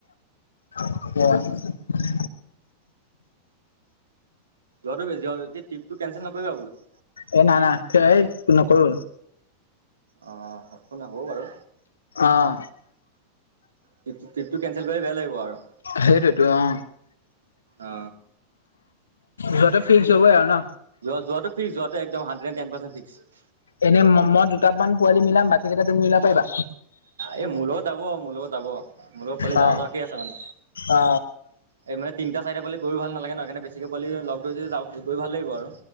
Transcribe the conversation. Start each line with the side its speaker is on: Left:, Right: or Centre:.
Left: উম।
Right: যোৱাটো ট্ৰিপটো কেনচেল নকৰিবা বোলো।
Left: এ না না টেই নকৰো
Right: অ একোনাই হ'ব বাৰু
Left: অহ
Right: ট্ৰিপ ট্ৰিপটো কেঞ্চেল কৰিলে বেয়া লাগিব আৰু
Left: সেইটোৱে টো অ
Right: অ
Left: যোৱাটো ফিক্স হবই আৰু ন
Right: যোৱাটো ফিক্স যোৱাটো একম হাড্ৰেড এ ট পাৰ্চেন ফিক্স
Left: এনেই মই দুটামান পোৱালি মিলাম বাকীকেইটা তুমি মিলাব পাৰিবা
Right: এই মোৰ লগত যাব আও মোৰ লগত যাব মোৰ লগত পোৱালি
Left: অ
Right: ডাঙ ডাঙ কি আছে মানে
Left: অ
Right: এই মানে তিনিটা চাৰিটা পোৱালি গৈও ভালাগে ন সেইকাৰনে বেছি কৈ পোৱালি লগ ধৰিছো যাব গৈ ভাল লাগিব আৰু